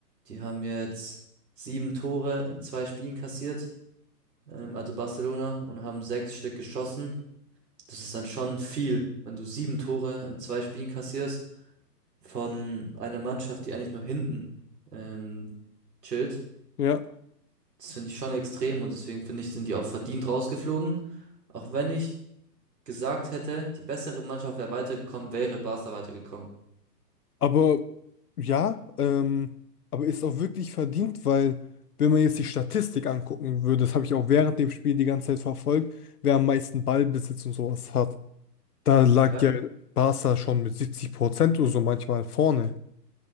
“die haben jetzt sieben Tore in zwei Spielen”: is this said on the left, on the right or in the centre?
Right